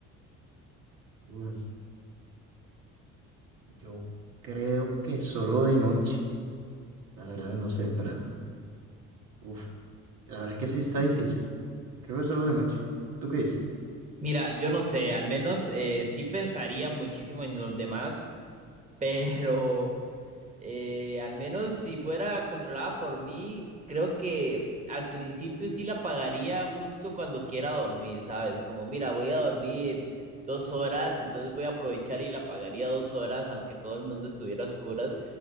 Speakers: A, on the right (about 70°); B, on the right (about 20°).
A: Uf, yo creo que solo de noche. La verdad, no sé, pero... Uf, la verdad es que sí está difícil. Creo que solo de noche. ¿Tú qué dices?
B: Mira, yo no sé, al menos eh, sí pensaría muchísimo en los demás, <laughs> pero... Eh, al menos si fuera controlada por mí, creo que al principio sí la pagaría justo cuando quiera dormir, ¿sabes? Como, mira, voy a dormir dos horas, entonces voy a aprovechar y la pagaría dos horas, aunque todo el mundo estuviera a oscuras.